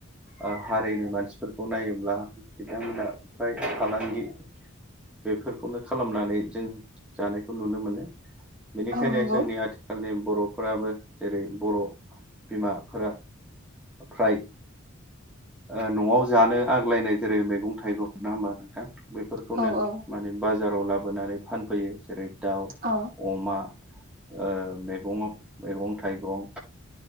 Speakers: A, in the centre; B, on the right.
A: ओ हारिनि मानसिफोरखौ नायोब्ला बिथांमोना प्राय फालांगि बेफोरखौनो खालामनानै जों जानायखौ नुनो मोनो बेनिखायनो
B: औ नंगौ औ नंगौ
A: जोंनि आथि खालनि बर'फोराबो जेरै बर' बिमाफोरा फ्राय ओ न'आव जानो आग्लायनाय जेरै मैगं थाइगं नङा होमबा नोंथां बेफोरखौनो
B: औ औ
A: माने बाजाराव लाबोनानै फानफैयो जेरै दाउ
B: अ
A: अमा ओ मेगं मेगं थाइगं